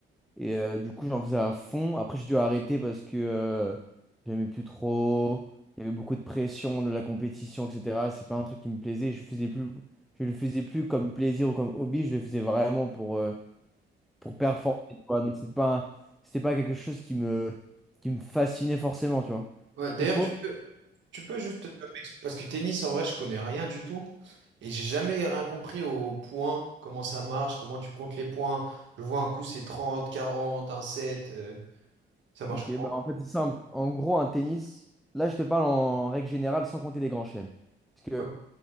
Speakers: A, in the centre; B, on the right.
A: Et euh, du coup, j'en faisais à fond. Après, j'ai dû arrêter parce que euh, j'aimais plus trop. Il y avait beaucoup de pression, de la compétition, etc. C'est pas un truc qui me plaisait. Je faisais plus, je le faisais plus comme plaisir ou comme hobby. Je le faisais vraiment pour, euh, pour performer, tu vois. Donc, c'est pas, un- c'était pas quelque chose qui me, qui me fascinait forcément, tu vois.
B: Ouais, d'ailleurs,
A: Et toi?
B: tu peux, tu peux juste... Parce que tennis, en vrai, je connais rien du tout. Et j'ai jamais rien compris aux points, comment ça marche, comment tu comptes les points. Je vois un coup, c'est 30, 40, un set, euh, ça marche
A: Ok,
B: comment?
A: bah en fait c'est simple. En gros, un tennis, là je te parle en règle générale sans compter les grands chelems. Parce que
B: Ouais.